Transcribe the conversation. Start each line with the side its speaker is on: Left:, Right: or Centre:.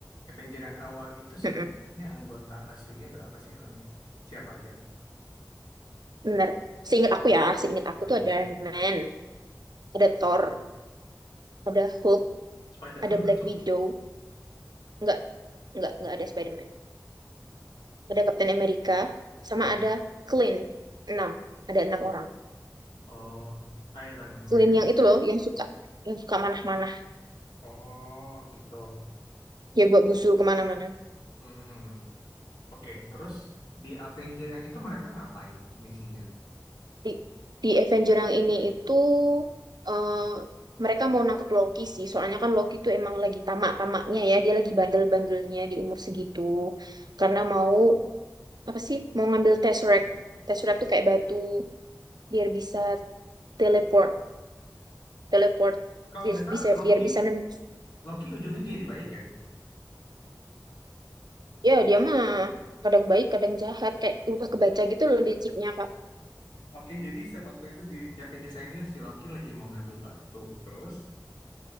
Left: Avenger yang awal itu
Right: mm-mm,
Left: sebenarnya anggota aslinya berapa sih orangnya? Siapa aja?
Right: bener seingat aku ya seingat aku
Left: Hmm.
Right: tuh ada Iron Man ada Thor
Left: Terus
Right: ada Hulk
Left: Spider-Man
Right: ada Black
Left: masuk.
Right: Widow nggak nggak nggak ada Spider-Man ada Captain America sama
Left: Hmm.
Right: ada Clint enam ada enam orang
Left: Oh, Iron Man.
Right: Clint yang itu loh yang suka yang suka manah-manah
Left: Oh, gitu.
Right: ya gua busur kemana-mana
Left: Hmm. Oke, terus di Avenger yang itu mereka ngapain misinya?
Right: di, di Avenger yang ini itu eh, mereka mau nangkep Loki sih. Soalnya kan Loki itu emang lagi tamak-tamaknya ya. Dia lagi bandel-bandelnya di umur segitu. Karena mau apa sih? Mau ngambil Tesseract. Tesseract tuh kayak batu biar bisa teleport, teleport
Left: Kalau
Right: biar-
Left: nggak salah,
Right: bisa
Left: Loki,
Right: biar bisa nembus.
Left: Loki ujungnya jadi baik ya.
Right: Ya, dia mah kadang baik, kadang jahat kayak udah kebaca gitu loh liciknya, Kak.
Left: Oke, jadi sewaktu itu di, di Avengers yang ini si Loki lagi mau ngambil batu, terus,